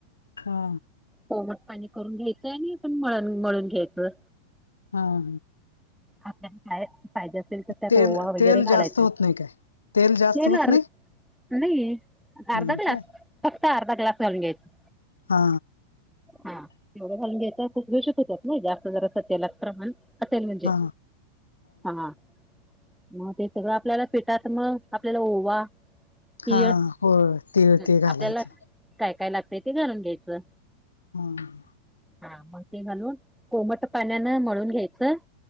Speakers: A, on the left (about 75°); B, in the centre.
A: हा
B: कोमट पाणी करून घ्यायचं आणि आपण मळ मळून घ्यायचं.
A: हा हा
B: आपल्याला काय पाहिजे असेल तर त्यात
A: तेल
B: ओवा वगैरे
A: तेल
B: घालायचं.
A: जास्त होत नाही काय तेल जास्त
B: <inaudible> नाही
A: होत
B: अर्धा
A: नाही
B: ग्लास
A: काय
B: फक्त अर्धा ग्लास घालून घ्यायचा.
A: हा
B: हा तेवढं घालून घ्यायचा खूसखूषीत होतात ना जास्त जरा अस तेलाच प्रमाण असेल म्हणजे
A: हा
B: हा मग ते सगळं आपल्याला पिठात मग आपल्याला ओवा तीळ
A: हा हो ते
B: आपल्याला
A: ते घालायचं.
B: काय काय लागतय ते घालून घ्यायचं.
A: हम
B: हा मग ते घालून कोमट पाण्यान म्हळून घ्यायचं.